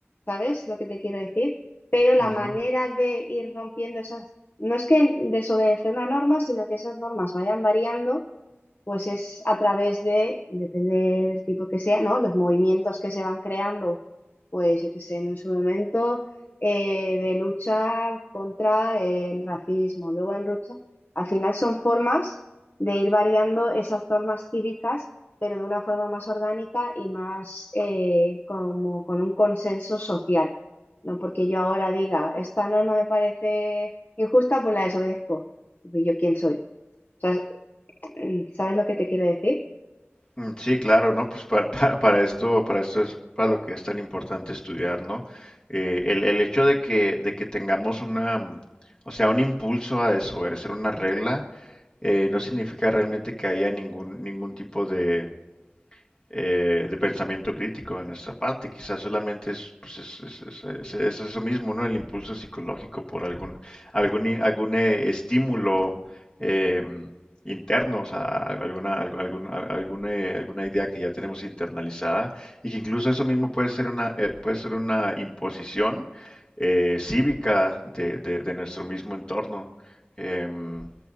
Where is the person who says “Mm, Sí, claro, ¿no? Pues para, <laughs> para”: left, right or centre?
Left